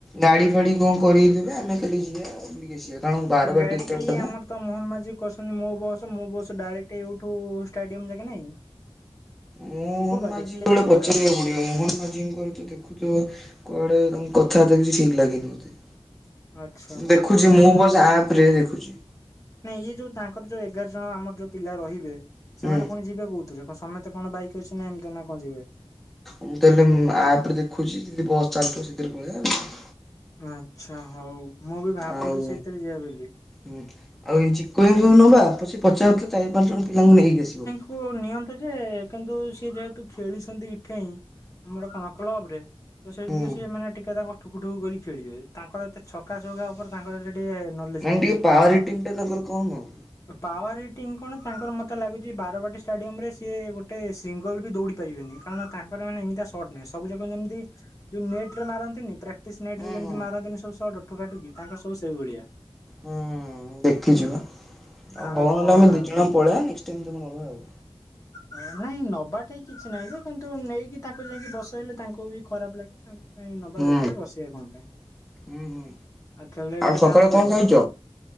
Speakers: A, in the centre; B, on the left.
A: ଗାଡ଼ି ଫାଡ଼ି କଣ କରିକି ଜିବେ ଆମେ ଖାଲି ଯିବା ବୁଲିକି ଆସିବା କାରଣ ବାରବାଟି
B: ଗାଡି
A: ଏତେ
B: କି
A: ବାଟ ନାଁ।
B: ଆମର ତ ମୋହନ ମାଝି କରିଛନ୍ତି ମୋ ବସ ମୋ ବସ ଡାଇରେକ୍ଟ ଏଇଠୁ ଷ୍ଟାଡିୟମ ଯାକେ ନାଇଁ
A: ମୋହନ
B: ଥିବ ବା
A: ମାଝିଙ୍କୁ
B: ଦେଖିଲେ
A: ଗୋଟେ
B: ଚେକ୍ କଲେ ହବ।
A: <inaudible> ମୋହନ ମାଝିଙ୍କର ଦେଖୁଛ କୁଆଡେ ତାଙ୍କ କଥାବାର୍ତ୍ତା କିଛି ଠିକ ଲାଗେନି ମତେ।
B: ଆଚ୍ଛା।
A: ଦେଖୁଛି
B: ନାଇଁ
A: ମୁଁ ବସ
B: ଦେଖିବା
A: ଆପ ରେ ଦେଖୁଛି।
B: ନାଇଁ ଇଏ ଯୋଉ ତାଙ୍କର ଯୋଉ ଏଗାର ଜଣ ଆମର ଯୋଉ ପିଲା ରହିବେ ସେମାନେ
A: ହୁଁ।
B: ପୁଣି ଯିବେ କଉଥିରେ। ହଁ ସମସ୍ତେ କଣ ବାଇକ୍ ଅଛି ନା ଏମିତି ନା କଣ ଯିବେ।
A: ମୁଁ ତାହେଲେ ମୁଁ ଆପ ରେ ଦେଖୁଛି ଯଦି ବସ୍ ଚାଲୁଥିବ ସେଇଥିରେ ପଳେଇବା ଆଉ କଣ।
B: ଆଚ୍ଛା ହଉ ମୁଁ ବି ଭାବୁଛି
A: ଆଉ।
B: ସେଇଥିରେ ଯିବା ବୋଲି।
A: ହୁଁ ଆଉ ଏ ଚିକୁ ଭାଇକୁ ନବା ସେ ପଚାରୁଥିଲେ ଚାରି ପାଞ୍ଚ ଜଣ ପିଲାଙ୍କୁ ନେଇକି ଆସିବ।
B: ତାଙ୍କୁ ନିଅନ୍ତୁ ଯେ କିନ୍ତୁ ସିଏ ଯେହେତୁ ଖେଳିଛନ୍ତି ଏଠେଇଁ ଆମର କଣ କ୍ଲବରେ। ତ ସେଇଥିରୁ
A: ହୁଁ
B: ସିଏ ମାନେ ଟିକେ ତାଙ୍କର ଠୁକୁ ଠୁକୁ କରି ଖେଳିବେ ତାଙ୍କର ଏତେ ଛକା ଚୌକା ଉପରେ ତାଙ୍କର ଟିକେ ନ
A: ମାନେ ଟିକେ ପାୱାର ହିଟିଂ ଟା ତାଙ୍କର କମ ଆଉ।
B: ପାୱାର ହିଟିଂ କଣ। ତାଙ୍କର ମୋତେ ଲାଗୁଛି ବାରବାଟୀ ଷ୍ଟାଡିୟମରେ ସିଏ ଗୋଟେ ସିଙ୍ଗଲ ବି ଦୌଡ଼ି ପାରୀବେନି। କାରଣ ତାଙ୍କର ମାନେ ଏମିତି ସ ସଟ୍ ନୁହେଁ ସବୁଯାକ ଯେମିତି ଯୋଉ ନେଟରେ ମାରନ୍ତିନି ପ୍ରା ପ୍ରାଟିସ୍ ନେଟ
A: ହୁଁ
B: ରେ ଯେମିତି
A: ହୁଁ।
B: ମାରନ୍ତିନି ସବୁ ସଟ୍ ଠୁକାଠୁକି ତାଙ୍କର ସବୁ ସେଇଭଳିଆ।
A: ହୁଁ ଦେଖିଚି ବା ଆଉ
B: ଆଉ
A: ହଁ ନହେଲେ
B: କଣ
A: ଆମେ
B: ଆଉ
A: ଦି ଜଣ ପଳେଇବା ନେକ୍ସଟ୍ ଟାଇମ୍ ତାଙ୍କୁ ନବା ଆଉ।
B: ନା ନାଇଁ ନବାଠାଇଁ କିଛି ନାହିଁ ଯେ, କିନ୍ତୁ ନେଇକି ତାଙ୍କୁ ଯାଇକି ବସେଇଲେ ତାଙ୍କୁ ବି ଖରାପ ଲାଗେ ତା କାଇଁ ନବା
A: ହୁଁ
B: ବେକାର ବସେଇବା କଣ ପାଇଁ।
A: ହୁଁ ହୁଁ
B: ଆଉ ତାଲେ ଗୋଟେ
A: ସକାଳେ
B: କାମ
A: କଣ
B: କରିବା।
A: ଖାଇଚ?